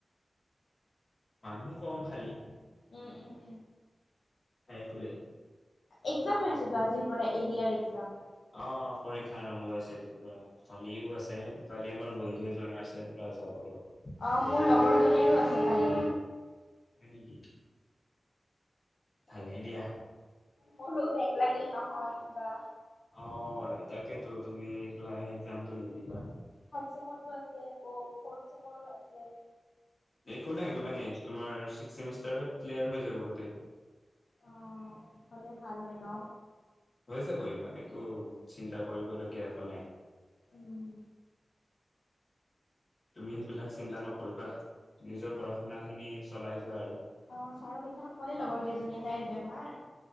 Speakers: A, on the left; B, on the left.
A: মানুহ কম খালি।
B: উম উম।
A: সটোৱে।
B: একজাম হৈ আছো আজিৰ পৰা এৰিয়াৰ একজাম।
A: অ পৰীক্ষা আৰম্ভ হৈছে আজিৰপৰা কালিও আছে কালি আমাৰ বন্ধু এ জনাই আছে ৰাজ বোৰক।
B: অ মোৰ লগৰজনীৰো আছে কালি।
A: হয় নেকি। ভালেই দিয়া।
B: মোৰো বেগ লাগিল নহয় কিবা।
A: অ তাকেইেতো তুমি ক্ একজামটো নিদিলা।
B: থাৰ্ড চেমৰো আছে আকৌ ফৰ্থ চেমৰো আছে।
A: একো নাই একো নাই তোমাৰ সমষ্টাৰত ক্লিয়াৰ হৈ যাব গোটেই।
B: অ হ'লে ভাল হয় ন।
A: হৈ যাব ইমান একো চিন্তা কৰিবলগীয়া একো নাই।
B: উম।
A: তুমি সেইবিলাক চিন্তা নকৰিবা। নিজৰ পঢ়া-শুনা খিনি- চলাই যোৱা আৰু।
B: অঁ চাৰক সেইদিনাখন কলেই লগৰ কেইজনীয়ে তাইৰ বেমাৰ।